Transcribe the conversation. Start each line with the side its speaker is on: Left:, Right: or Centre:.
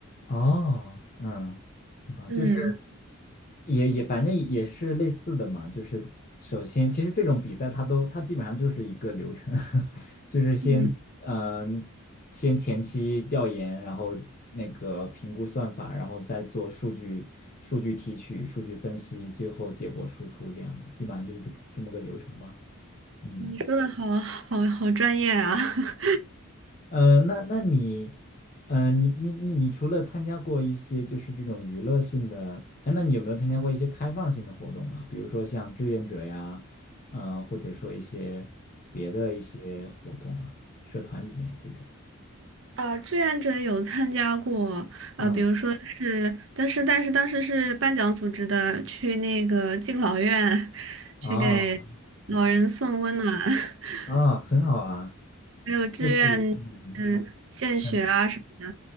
Left: 哦，嗯，情况就是
Right: 嗯
Left: 也也反正也是类似的嘛，就是首先其实这种比赛它都它基本上就是一个流程，<laughs> 就是先嗯、
Right: 嗯，
Left: 先前期调研，然后那个评估算法，然后再做数据数据提取、数据分析，最后结果输出这样子，基本上就是这这么个流程吧。嗯。
Right: 你说的好好好专业啊！<laughs>
Left: 呃，那那你，呃，你你你你除了参加过一些就是这种娱乐性的，哎，那你有没有参加过一些开放性的活动啊？比如说像志愿者呀，呃，或者说一些别的一些活动啊，社团里面这种。
Right: 啊，呃，志愿者有参加过，呃，
Left: 嗯，
Right: 比如说是，但是但是当时是班长组织的，去那个敬老院，
Left: 啊
Right: 去给老人送温暖，<laughs>
Left: 啊，很好啊，
Right: 还有志愿，
Left: 就是嗯
Right: 嗯，献血啊什么，
Left: 嗯